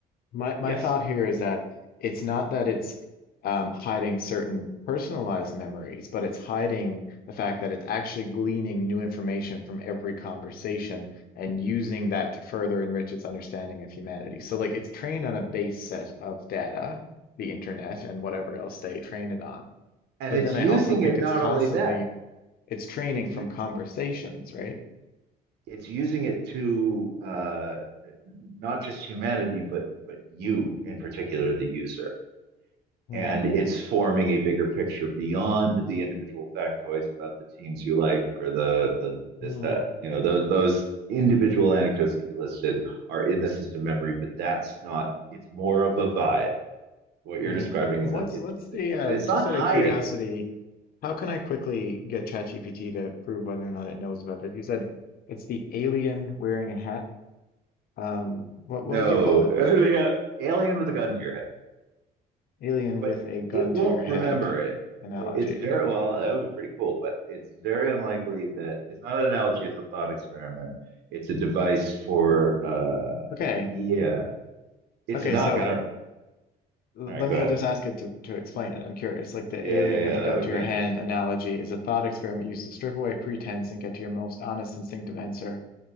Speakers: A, on the left; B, on the right.
A: My my
B: Yes.
A: thought here is that it's not that it's um, hiding certain personalized memories, but it's hiding the fact that it's actually gleaning new information from every conversation and using that to further enrich its understanding of humanity. So like it's trained on a base set of data, the internet and whatever else they train it on.
B: And
A: But
B: it's
A: then
B: using
A: I also think
B: it not
A: it's constantly
B: only that,
A: it's training
B: it's,
A: from conversations, right?
B: it's using it to uh, not just humanity, but, but you in particular, the user.
A: Hmm,
B: And it's forming a bigger picture beyond the individual factoids about the teams you like or the, the this,
A: hmm,
B: that, you know, those, those individual anecdotes that you listed are in the system memory, but that's not, it's more of a vibe. what you're
A: hmm.
B: describing
A: And
B: is
A: what's
B: a, is
A: what's
B: is
A: the uh,
B: and it's
A: just
B: not hiding
A: out of curiosity?
B: it.
A: How can I quickly get ChatGPT to prove whether or not it knows about this? You said it's the alien wearing a hat. Um, what
B: No,
A: what did you call it?
B: <laughs> alien with a gun to your head,
A: Alien
B: but
A: with a gun
B: it won't
A: to your
B: remember
A: head
B: it.
A: analogy.
B: It's very well. That would be pretty cool, but it's very unlikely that it's not an analogy. It's a thought experiment. It's a device for. uh
A: Okay.
B: Yeah, it's
A: Okay,
B: not
A: so
B: gonna.
A: l-
B: All right,
A: let
B: go
A: me
B: ahead.
A: just ask it to, to explain it. I'm curious. Like the
B: Yeah,
A: alien
B: yeah,
A: with
B: yeah.
A: a
B: That
A: gun
B: would
A: to
B: be
A: your
B: interesting.
A: hand analogy is a thought experiment used to strip away pretense and get to your most honest instinctive answer.